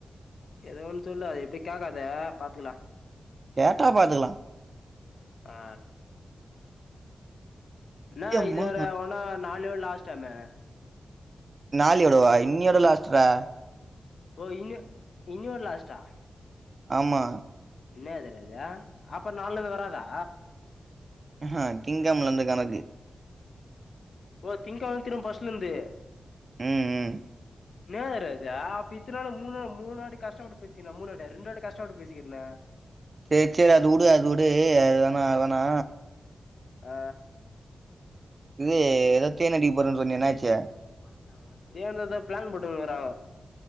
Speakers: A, on the left; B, on the right.
A: எதோ ஒன் சொல்லு அது இப்டி கேக்காத பாத்துக்லா
B: கேட்டா பாத்துக்லா
A: ஆ இன்னா
B: எம்மா
A: இது வேர ஒனா நால்யோட லாஸ்ட்டாமே
B: நாலயோடவா இன்னியோட லாஸ்ட்ரா
A: சிலத்ல ஒன் ஓ இன்னு இன்னியோட லாஸ்டா
B: ஆமா
A: என்னாது டா இது அப்ப நால்லந்து வராதா
B: ஆ ஹ திங்கெழமலந்து கணக்
A: ஒ திங்கெழம திரும்ப ஃபஸ்ட்லந்து
B: ம் ம்
A: இன்னாது ரா இது அப்ப இத்தனால மூணு மூணாட்டி கஷ்டப்பட்டு பேசினோ மூணு வாட்டி ரெண்டு வாட்டி கஷ்டப்பட்டு பேசிக்கிறேனே
B: சேரி சேரி அது உடு அது உடு அது வேனா அது வேனா
A: ஆ
B: இது ஏதோ தேனடிக்க போறன் சொன்னியே என்னாச்சி
A: மச்சா தேனு தா பிளான் போட்டுன்க்கிறாங்கோ